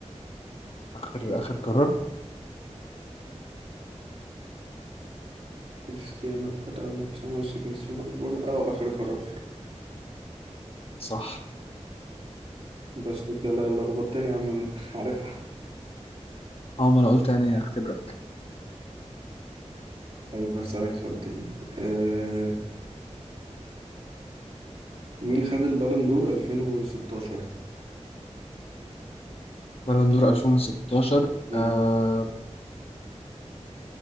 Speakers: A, on the left; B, on the right.
A: آخر آخر قرار
B: كريستيانو خدها ولا بسنة بس كريستيانو أكبر اه آخر قرار
A: صح
B: بس أنت لا- لخبطتني يا عم أنا <laughs> عارفها
A: اه ما أنا قلت يعني أختبرك
B: طيب هسألك سؤال تاني آه مين خد البالون دور 2016
A: بالون دور 2016
B: مم.
A: آه